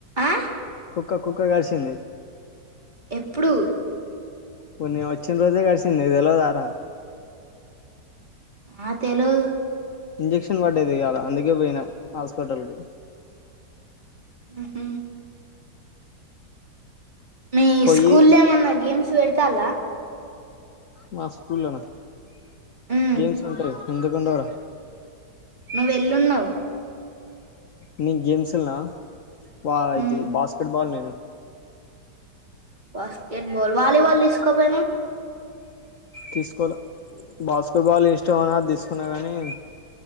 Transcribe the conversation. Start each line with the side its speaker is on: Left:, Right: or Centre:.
Right: ఆ
Left: కుక్క కుక్క కరిసింది
Right: ఎప్పుడు
Left: ఒరిని నేను వచ్చిన రోజే కరిసింది నీకు తెల్వదా రా
Right: ఆ తెలువదు
Left: ఇంజెక్షన్ పడ్డది ఇయల అందుకే పోయినా హాస్పిటల్ కి
Right: ఉమ్ హు మీ
Left: పోయి
Right: స్కూలో ఏమన్నా గేమ్స్ పెడతాలా
Left: మా స్కూలో నా
Right: ఉమ్
Left: గేమ్స్ ఉంటరి ఎందుకు ఉండవు రా
Right: నువ్ ఎల్లున్నావ్
Left: నీ గేమ్స్నా వా ఇది
Right: ఉమ్
Left: బాస్కెట్ బాల్ నేను
Right: బాస్కెట్బల్ వాలీబల్ తీస్కో పోయినవ్
Left: తీసుకోల బాస్కెట్ బాల్ ఇష్టం అని ఆది తీసుకున్నా కానీ